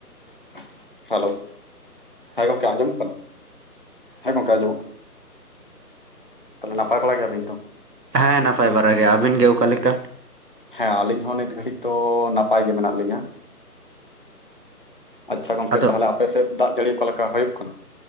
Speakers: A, on the left (about 35°); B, on the right (about 80°).
A: <unintelligible> Hello ᱦᱮᱸ ᱜᱚᱢᱠᱮ ᱟᱸᱡᱚᱢᱚᱜ ᱠᱟᱱᱟ? ᱦᱮᱸ ᱜᱚᱢᱠᱮ ᱟᱸᱡᱚᱢᱚᱜ ᱠᱟᱱᱟ᱾ ᱛᱟᱦᱚᱞᱮ ᱱᱟᱯᱟᱭ ᱵᱟᱲᱟ ᱜᱮᱭᱟᱵᱤᱱᱛᱚ?
B: ᱦᱮᱸ ᱱᱟᱯᱟᱭ ᱵᱟᱲᱟᱜ ᱜᱮ᱾ ᱟᱹᱵᱤᱱ ᱜᱮ ᱚᱠᱟ ᱞᱮᱠᱟ?
A: ᱦᱮᱸ ᱟᱹᱞᱤᱧ ᱦᱚᱸ ᱱᱤᱛ ᱜᱷᱟᱹᱲᱤᱡ ᱛᱚ ᱱᱟᱯᱟᱭ ᱜᱮ ᱢᱮᱱᱟᱜ ᱞᱤᱧᱟ᱾ ᱟᱪᱪᱷᱟ ᱜᱚᱝᱠᱮ
B: ᱟᱫᱚ
A: ᱛᱟᱦᱚᱞᱮ ᱟᱯᱮ ᱥᱮᱫ ᱫᱟᱜ ᱡᱟᱹᱲᱤ ᱚᱠᱟ ᱞᱮᱠᱟ ᱦᱩᱭᱩᱜ ᱠᱟᱱᱟ?